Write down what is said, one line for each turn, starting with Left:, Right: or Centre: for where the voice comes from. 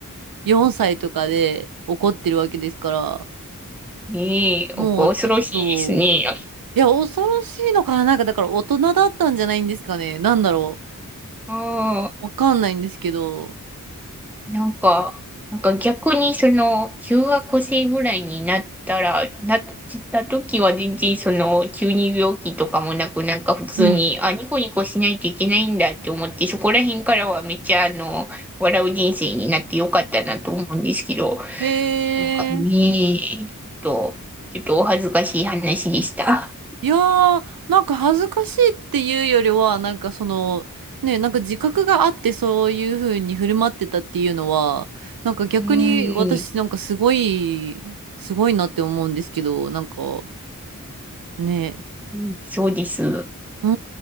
Right: 4歳とかで起こってるわけですから、
Centre: いい、
Right: もうちょっ
Centre: 恐ろしいですね。
Right: と、いや、恐ろしいのかななんかだから大人だったんじゃないんですかね。なんだろ
Centre: ああ
Right: う。わかんないんですけど。
Centre: なんか、なんか逆にその、中学生ぐらいになったら、なった時は全然その、急に病気とかもなく、なんか普通に、
Right: うん
Centre: あ、ニコニコしないといけないんだって思って、そこら辺からはめっちゃあの、笑う人生になってよかったなと思うんですけど、
Right: へ
Centre: なんかね
Right: え。
Centre: え、ちょっと、ちょっとお恥ずかしい話でした。
Right: いやー、なんか恥ずかしいっていうよりは、なんかその、ね、なんか自覚があってそういう風に振る舞ってたっていうのは、なんか逆に私なんかすごい、
Centre: うーん、
Right: すごいなって思うんですけど、なんかね、
Centre: うんそうです。
Right: う